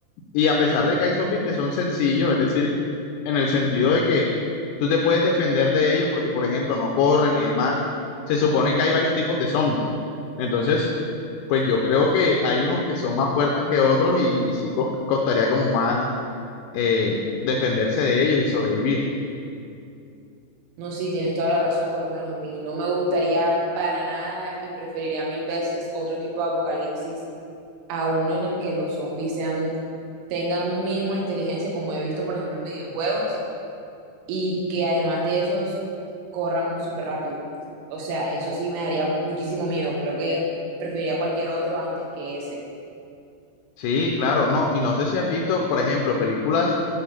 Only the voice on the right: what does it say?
No, sí, tienes toda la razón, por lo menos a mí. No me gustaría para nada y preferiría mil veces otro tipo de apocalipsis a uno en el que los zombies sean, tengan un mínimo de inteligencia, como he visto, por ejemplo, en videojuegos, y que además de esos corran súper rápido. O sea, eso sí me daría muchísimo miedo. Creo que preferiría cualquier otro antes que ese.